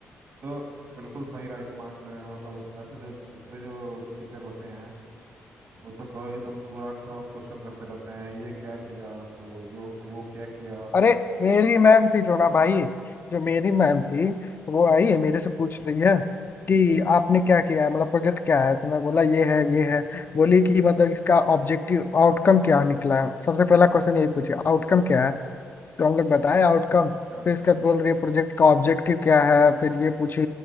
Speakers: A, on the right; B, on the left.
A: तो बिल्कुल सही रहा इस मामले में मतलब ऐसे जो दूसरे जो टीचर होते हैं वो तो कहो एकदम पूरा क्रॉस क्वेश्चन करते रहते हैं ये क्या किया तो यो वो क्या किया
B: अरे मेरी मैम थी जो ना भाई जो मेरी मैम थी वो
A: हम्म,
B: आई है मेरे से पूछ रही है कि आपने क्या किया है मतलब प्रोजेक्ट क्या है तो मैं बोला ये है ये है बोली कि मतलब इसका ऑब्जेक्टिव आउटकम क्या निकला है सबसे पहला क्वेश्चन यही पूछे आउटकम क्या है तो हम लोग बताए आउटकम
A: अच्छा अच्छा
B: फिर इसके बाद बोल रही है प्रोजेक्ट का ऑब्जेक्टिव क्या है फिर ये पूछी